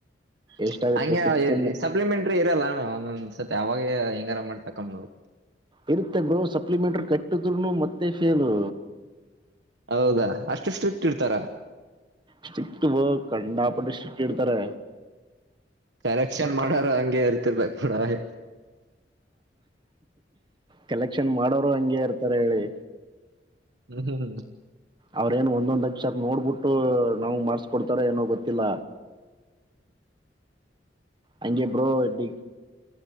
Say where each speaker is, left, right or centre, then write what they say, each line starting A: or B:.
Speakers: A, on the right; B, on the right.
A: ಹ
B: ಎಷ್ಟಾಗುತ್ತೆ
A: ಹಂಗೆ ಆ
B: ಸಿಕ್ಸ್ ಸೆಮ್
A: ಸಪ್ಲಿಮೆಂಟ್ರಿ ಇರಲ್ಲ ಒಂದೊಂದ್ಸತಿ ಅವಾಗ ಹೆಂಗಾರ ಮಾಡ್ ತಕ್ಕಂಬೋದು.
B: ಇರುತ್ತೆ ಬ್ರೋ ಸಪ್ಲಿಮೆಂಟ್ರಿ ಕಟ್ಟಿದ್ರುನು ಮತ್ತೆ ಫೇಲು.
A: ಹೌದಾ ಅಷ್ಟು ಸ್ಟ್ರಿಕ್ಟ್ ಇರ್ತಾರ?
B: ಸ್ಟಿಕ್ಟ್ ಬ್ರೊ ಕಂಡಾಪಟ್ಟ ಸ್ಟಿಕ್ ಇಡ್ತಾರೆ.
A: ಕರೆಕ್ಷನ್ ಮಾಡೋರು ಹಂಗೆ ಇರ್ತಿರ್ಬೇಕ್ ಬಿಡೊ
B: ಕಲೆಕ್ಷನ್ ಮಾಡೋರು ಹಂಗೆ ಇರ್ತಾರೇಳಿ.
A: ಹ್ಮ್ ಹ್ಮ್ ಹ್ಮ
B: ಅವ್ರೇನ್ ಒಂದೊಂದ್ ಅಕ್ಷರ ನೋಡ್ಬುಟ್ಟು ನಾಮ್ಗ ಮಾರ್ಕ್ಸ್ ಕೊಡ್ತಾರೊ ಏನೋ ಗೊತ್ತಿಲ್ಲ. ಹಂಗೆ ಬ್ರೋ ಇ